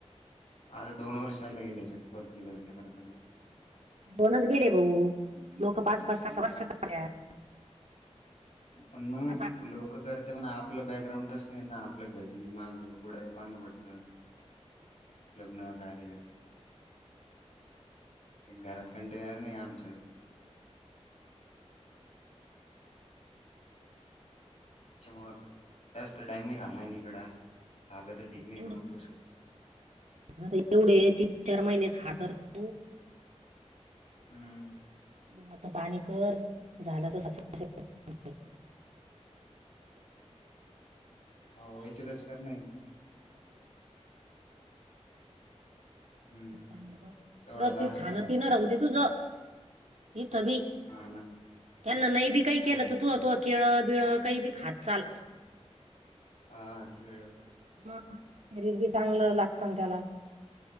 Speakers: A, on the left (about 85°); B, on the right (about 80°).
A: आज दोन वर्षला येईल हेच्यात वरती वरती करता करता..
B: दोनचं गेले भाऊ लोक पाच- पाच, सहा-सहा वर्ष कराल्यात..
A: पण मं
B: आता
A: लोक करत.. पण आपलं बॅगग्राउंडच नाही ना आपल्या घरी मागं पुढं पान पडतं लग्न कार्यात.. एक घरात कंटेनर नाही आमचं त्याच्यामुळ जास्त टाइम नाही घालणार इकडंं.. झालं तर ठीक नाही
B: एवढं-
A: मग दुसरं.
B: एवढे तीन-चार महिनेस हा करतू..
A: हम
B: जिवाचं पाणी कर झालं तर.. सक्सेस होतंय <inaudible> <inaudible>
A: हो याच्यातच कर नाही हम्म
B: चांगलं ब..
A: एवढा
B: व्यवस्थित
A: लास्ट
B: खाणं
A: आता
B: पिनं राहू दे तुझ. हथ बी...
A: हा ना
B: त्यांना नाही बी काही
A: काय
B: केलं
A: ना
B: तर तू आ तु... केळं बिळं काही बी खात चाल
A: हा ते वेळेवर..
B: ह.. शरीर बी चांगलं लागतं ना त्याला.